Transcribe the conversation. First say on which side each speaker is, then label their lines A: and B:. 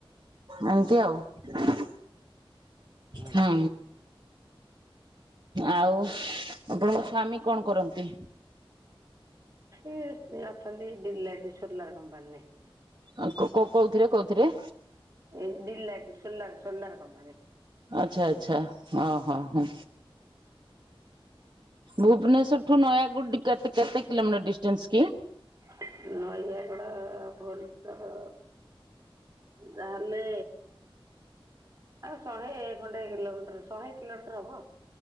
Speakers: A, on the right; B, on the right.
A: ଏମତି ଆଉ।
B: ଓହୋ।
A: ହୁଁ ଆଉ ଆପଣଙ୍କ ସ୍ଵାମୀ କଣ କରନ୍ତି?
B: ଏ ସେ ଅଛନ୍ତି ଡିଲେଡ଼ିସୋଲାର କମ୍ପାନୀରେ।
A: ଆ କୋ-କୋଉଥିରେ କୋଉଥିରେ?
B: ଏ ଡ଼ିଲେ ସୋଲାର ସୋଲାର କମ୍ପାନୀ।
A: ଆଚ୍ଛା ଆଚ୍ଛା ହଁ ହଁ ହଁ। ଭୁବନେଶ୍ଵର ଠୁ ନୟାଗୁଡ କେଟେ କେତେ କିଲୋମିଟର ଡିଷ୍ଟାନ୍ସ କି?
B: ନୟୟାଗଡ଼ ଭନେଶ୍ୱର ଯାହେଲେ ଆଉ ଶହେ ଖଣ୍ଡେ କିଲୋମିଟର ଶହେ କିଲୋମିଟର ହବ।